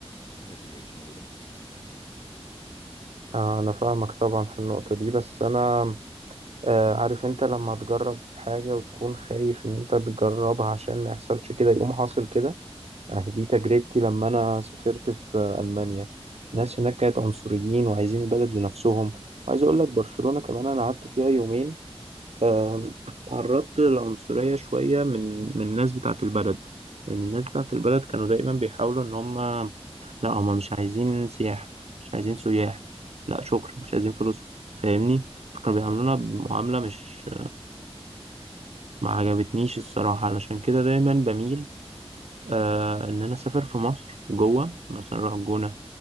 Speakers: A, on the left; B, on the right.
A: الناس دي مبقتش موجودة كتير
B: آه، انا فاهمك طبعا في النقطة دي بس انا آه، عارف انت لما تجرب حاجة وتكون خايف ان انت تجربها عشان ما يحصلش كده يقوم حاصل كده أهي دي تجربتي لما أنا سافرت في ألمانيا الناس هناك كانت عنصريين وعايزين البلد لنفسهم وعايز أقول لك برشلونة كمان أنا قعدت فيها يومين آم، تعرضت للعنصرية شوية من من الناس بتاعة البلد لأن الناس بتاعة البلد كانوا دايما بيحاولوا إن هم لا هم مش عايزين سياح مش عايزين سياح لا شكرا مش عايزين فلوسكم فاهمني فكانوا بيعاملونا بمعاملة مش ما عجبتنيش الصراحة علشان كده دايما بميل آه إن أنا أسافر في مصر جوه مثلا أروح الجونة